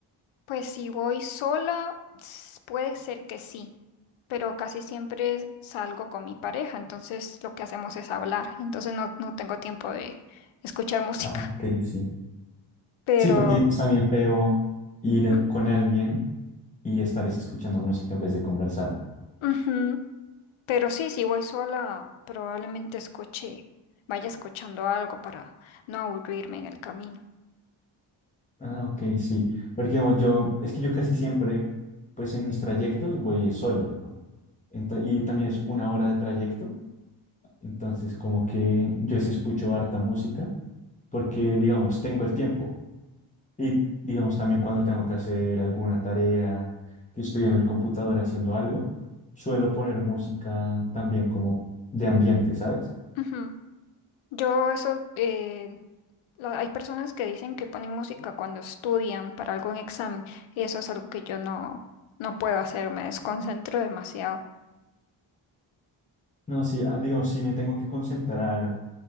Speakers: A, on the left; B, on the left.
A: Pues si voy sola, s- puede ser que sí, pero casi siempre salgo con mi pareja, entonces lo que hacemos es hablar, entonces no, no tengo tiempo de escuchar música.
B: Ah, ok, sí.
A: Pero,
B: Sí, porque es también feo ir
A: mm,
B: con alguien y estar es escuchando música en vez de conversar.
A: ujú, Pero sí, si voy sola, probablemente escuche, vaya escuchando algo para no aburrirme en el camino.
B: Ah, ok, sí. Porque digamos, yo, es que yo casi siempre, pues en mis trayectos voy es solo. Ento- y también es una hora de trayecto. Entonces, como que yo sí escucho harta música, porque, digamos, tengo el tiempo. Y, digamos, también cuando tengo que hacer alguna tarea, que estoy en el computador haciendo algo, suelo poner música también como de ambiente, ¿sabes?
A: Ujú. Yo eso, eh, la- hay personas que dicen que ponen música cuando estudian para algún examen y eso es algo que yo no, no puedo hacer, me desconcentro demasiado.
B: No, sí, ah, digamos, si me tengo que concentrar